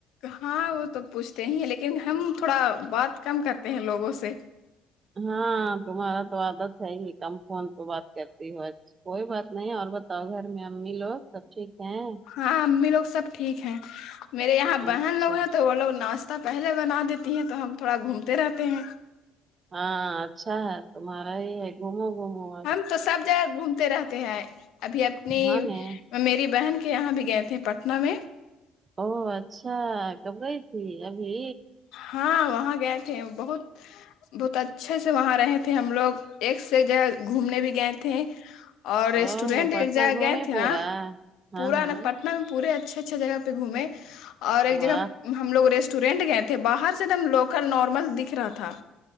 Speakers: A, on the left; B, on the right.
A: ہاں وہ تو پوچھتے ہی ہیں لیکن ہم تھوڑا بات کم کرتے ہیں لوگوں سے
B: ہاں تمہارا تو عادت ہے ہی کم فون پہ بات کرتی ہو ا کوئی بات نہیں اور بتاؤ گھر میں امی لوگ سب ٹھیک ہیں
A: ہاں امی لوگ سب ٹھیک ہیں میرے یہاں بہن
B: اچھا
A: لوگ ہیں تو وہ لوگ ناشتہ پہلے بنا دیتی ہیں تو ہم تھوڑا گھومتے رہتے ہیں
B: ہاں اچھا ہے تمہارا یہ ہے گھومو گومو
A: ہم تو سب جگہ گھومتے رہتے ہیں ابھی اپنی
B: ہاں نہیں
A: میری بہن کے یہاں بھی گئے تھے پٹنہ میں
B: او اچھا کب گئی تھی ابھی
A: ہاں وہاں گئے تھے بہت بہت اچھے سے وہاں رہے تھے ہم لوگ ایک سے ایک جگہ گھومنے بھی گئے تھے اور ر
B: اوہ
A: اسٹوڈینٹ
B: پٹنہ
A: ایک جگہ
B: گھومی
A: گئے تھے
B: پورا
A: نا
B: ہاں
A: پورا
B: ہاں
A: نا پٹنہ میں پورے اچھ اچھے اچھے جگہ پہ گھومیں اور ایک
B: واہ
A: جگہ ہم لوگ ریسٹورینٹ گئے تھے باہر سے ایک دم لوکل نارمل دکھ رہا تھا